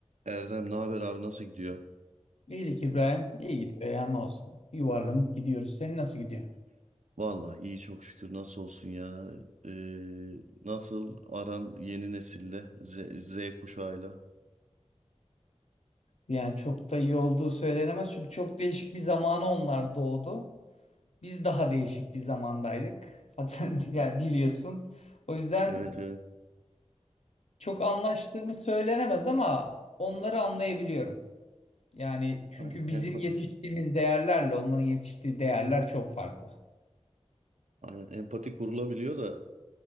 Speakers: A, on the right; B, on the left.
A: Erdem ne haber abi nasıl gidiyor?
B: İyilik İbrahim. İyi gidiyor ya ne olsun. Yuvarlanıp gidiyoruz. Senin nasıl gidiyor?
A: Vallahi iyi çok şükür nasıl olsun ya. Ee, nasıl aran yeni nesille Z, Z kuşağıyla?
B: Yani çok da iyi olduğu söylenemez. Çünkü çok değişik bir zamana onlar doğdu. Biz daha değişik bir zamandaydık. Hatta <laughs> yani biliyorsun. O yüzden
A: Evet evet
B: çok anlaştığımız söylenemez ama onları anlayabiliyorum. Yani çünkü
A: aynen
B: bizim
A: empati.
B: yetiştiğimiz değerlerle onların yetiştiği değerler çok farklı.
A: Aynen empati kurulabiliyor da